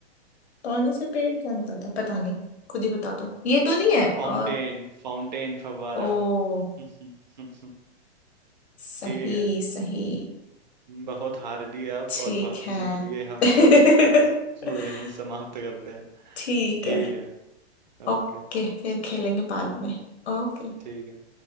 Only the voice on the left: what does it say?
पानी से पेड़ क्या निकलता है पता नहीं खुद ही बता दो ये तो नहीं है
और
ओ
सही
सही
ठीक
है
<laughs>
ठीक
है
ओके
फिर खेलेंगे बाद
में ओके